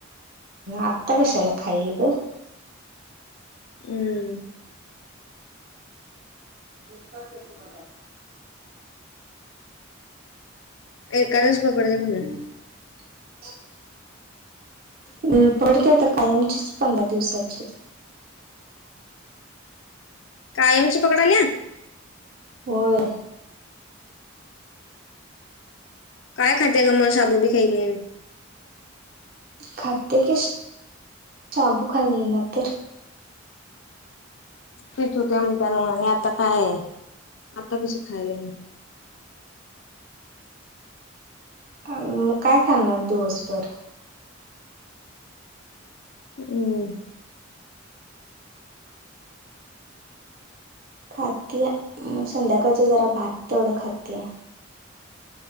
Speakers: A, on the right; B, on the left.
A: अता कशला खयल ग
B: हमं
A: च करतात
B: एकादच पकडते म्हणे
A: <unintelligible> हम् पडते आता कायमचीच पंधरा दिवसाची
B: कायमच पकडा न
A: वर
B: काय खातेय ग म साबू बी खाेत नाही
A: खातात की साबू खा ना तर
B: तिच होते म्हण त्यान आणि आता काय आता कसं खायला
A: अ मग काय खाणार दिवसभर
B: हम्म
A: खात संध्याकाळचं जरा भात तेवढं खाती आहे